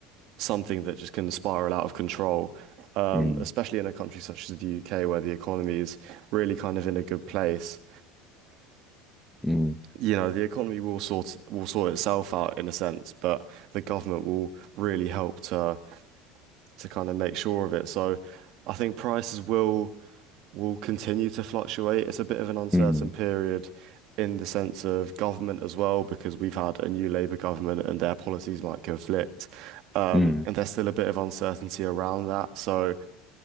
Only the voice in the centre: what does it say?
mm,
mm,
mm,
mm,